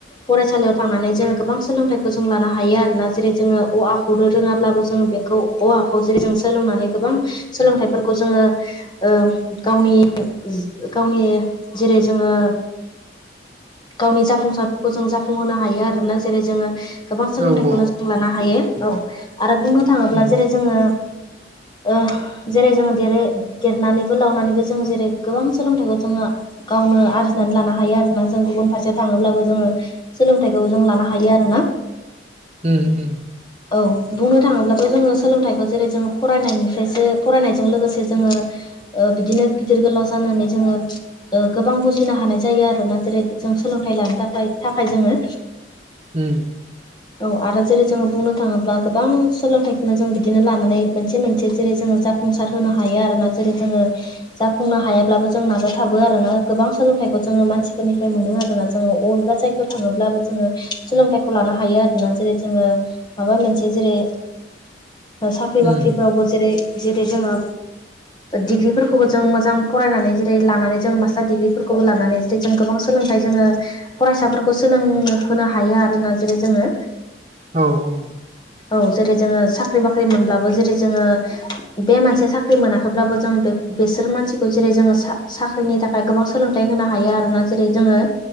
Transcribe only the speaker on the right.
औ औ
उम
ओ ओ।
ओम।
उम
औ औ।